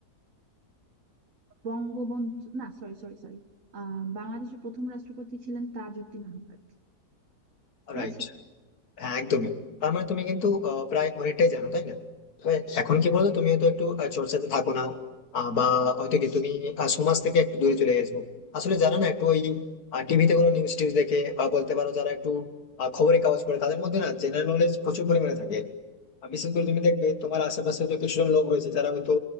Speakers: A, on the right (about 55°); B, on the left (about 70°).
A: বঙ্গবন্ধু না সরি সরি সরি আহ বাংলাদেশের প্রথম রাষ্ট্রপতি ছিলেন তাজউদ্দিন আহমেদ হয়েছে
B: রাইট হ্যাঁ একদমই তার মানে তুমি কিন্তু আহ, প্রায় অনেকটাই জানো তাই না তবে এখন কি বলতো তুমি হয়তো একটু আহ, চর্চাতে থাকো না আহ, বা হয়তো কি তুমি আহ, সমাজ থেকে একটু দূরে চলে গেছো আসলে জানো না একটু ওই টিভিতে কোনো নিউজ টিউজ দেখে বা বলতে পারো যারা একটু আহ, খবরের কাগজ পড়ে তাদের মধ্যে না জেনারেল নলেজ প্রচুর পরিমাণে থাকে আর বিশেষ করে তুমি দেখবে তোমার আশেপাশে হয়তো কিছুজন লোক রয়েছে যারা হয়তো